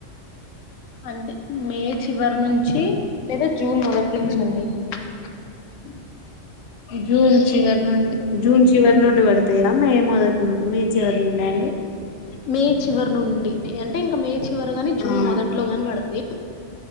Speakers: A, on the left; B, on the left.
A: అంటే మే చివరి నుంచి <unintelligible> జూన్ మొదటి నుంచి
B: ఉమ్.
A: అండి హ్మ్మ్
B: జూన్ చివరి నుండి జూన్ చివరి నుండి పడతాయా, మే మొదటి మీ జర్నీ
A: మే చివరి నుండి అంటే ఇంకా మే చి చివర గాని జూన్
B: ఆ
A: మొదట్లో గాని పడతాయి